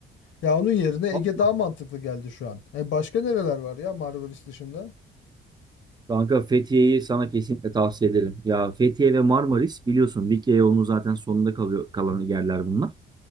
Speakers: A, on the left; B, on the right.
A: Ya onun yerine Ege
B: Vallahi.
A: daha mantıklı geldi şu an. E başka nereler var ya Marmaris dışında?
B: Kanka Fethiye'yi sana kesinlikle tavsiye ederim. Ya Fethiye ve Marmaris biliyorsun Likya yolunun zaten sonunda kalıyor kalan yerler bunlar.